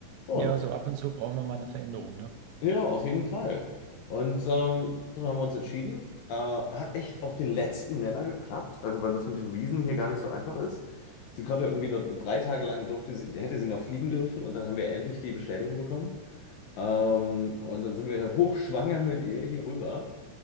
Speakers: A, on the left; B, on the right.
A: Ja,
B: ja,
A: und-
B: so ab und zu brauchen wir mal eine Veränderung, ne?
A: ja, auf jeden Fall. Und ähm, dann haben wir uns entschieden. Äh, hat echt auf den letzten Nenner geklappt, also weil das mit den Wiesen hier gar nicht so einfach ist. Sie konnte irgendwie da- drei Tage lang durfte sie, hätte sie noch fliegen dürfen und dann haben wir endlich die Bestätigung bekommen. Ähm, und dann sind wir hochschwanger mit ihr hier rüber.